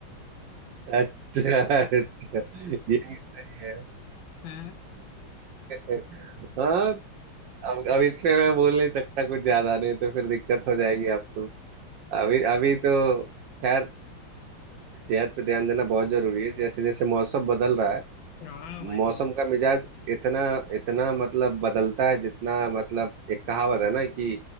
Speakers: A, on the right; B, on the left.
A: अच्छा अच्छा ये भी सही है
B: हैं?
A: <laughs> हाँ अब अब इस पे मैं बोल नहीं सकता कुछ ज्यादा नहीं तो फिर दिक्कत हो जाएगी आपको अभी अभी तो खैर सेहत पे ध्यान देना बहुत जरूरी है जैसे जैसे मौसम बदल रहा है
B: हाँ वही
A: मौसम
B: तो
A: का मिजाज इतना इतना मतलब बदलता है जितना मतलब एक कहावत है ना कि